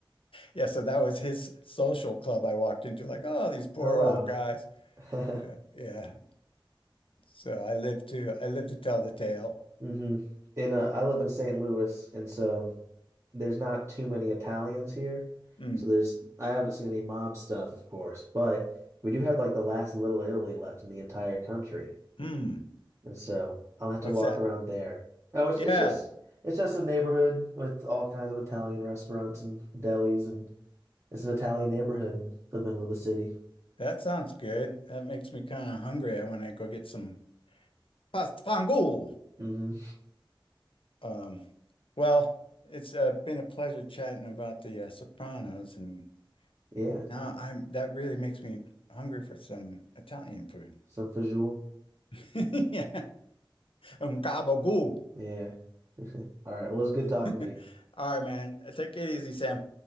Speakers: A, on the left; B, on the right.
A: Yeah. So that was his social club I walked into, like, oh, these poor
B: Oh wow.
A: old guys.
B: <laughs>
A: Yeah. Yeah. So I live to, I live to tell the tale.
B: hmm And uh, I live in St. Louis, and so there's not too many Italians here.
A: Mm.
B: So there's I haven't seen any mob stuff, of course, but we do have like the last Little Italy left in the entire country,
A: Mm.
B: and so I'll have
A: What's
B: to walk
A: that?
B: around there. Oh, it's
A: Yeah.
B: it's just it's just a neighborhood with all kinds of Italian restaurants and delis, and it's an Italian neighborhood in the middle of the city.
A: That sounds good. That makes me kind of hungry. I want to go get some pasta fangool.
B: hmm
A: Um, well, it's uh, been a pleasure chatting about the uh, Sopranos, and
B: Yeah,
A: now I'm that really makes me hungry for some Italian food.
B: some fajoule.
A: <laughs> Yeah, um, gabagool.
B: Yeah. <laughs> All right. Well, it's good talking
A: <laughs>
B: to you.
A: All right, man. Take it easy, Sam.